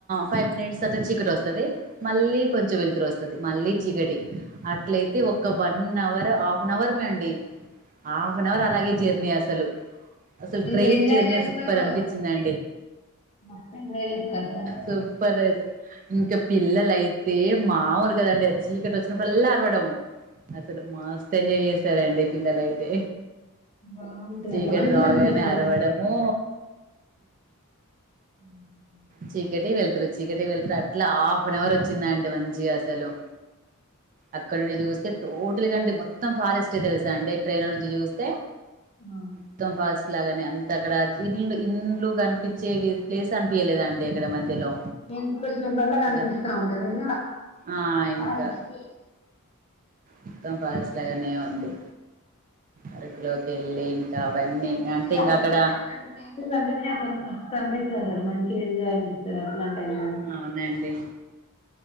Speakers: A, on the right; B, on the left.
A: ఫైవ్ మినిట్స్ అట్లా చికటి వస్తది మళ్ళీ కొంచెం వెలుతురు వస్తది మళ్ళీ చీకటి అట్లయితే ఒక వన్ అవర్ హాఫ్ అన్ అవర్మే అండి హాఫ్ అన్ అవర్ అలాగే జర్నీ అసలు అసలు
B: ఎంత
A: ట్రైన్
B: ఎంజాయ్
A: జర్నీ
B: చేస్తారో
A: సూపర్ అనిపించింది అండి
B: మస్తు ఎంజాయ్ చేస్తారు అసలు
A: సూపర్ ఇంకా పిల్లలయితే మాముూలు కదండి అది చీకటి వచ్చినప్పుల్ల అరవడము అసలు మస్తు ఎంజాయ్ చేసారండి పిల్లలయితే
B: బాగుంటది
A: చీకటి
B: అట్లా మంచిగా
A: రాగానే
B: అనిపిస్తది
A: అరవడము
B: ఉ
A: చీకటి వెళ్తురు చీకటికి వెళ్తురు అట్లా హాఫన్ అవర్ వచ్చింది అండి మంచిగా అసలు అక్కడ నుంచి చూస్తే టోటల్గా అండి మొత్తం ఫారెస్ట్ తెలుసా అండి ట్రైన్ల నుంచి చూస్తే
B: అ
A: మొత్తం ఫాస్ట్లాగానే అంత అక్కడ ఇల్ ఇండ్లు కనిపించే ప్లేస్ అనిపయలేదండి అక్కడ మధ్యలో
B: నే వెలుతురు వచ్చినప్పుడల్లా కనిపిస్తా
A: ఇంకా
B: ఉంటందా ఇగా
A: ఆ
B: ఫారెస్ట్
A: ఇంకా మొత్తం ఫారెస్ట్లాగానే ఉంది అరకులోకి వెళ్ళి అవన్నీ
B: అందుకే
A: అంటే
B: అసలు
A: ఇంగ అక్కడ
B: అట్లాంటి అంటేనే అసలు మస్తు అనిపిస్తది అండి మంచిగ ఎంజాయ్ అనిపిస్త ఇట్లాంటి టైంలో
A: అవునండి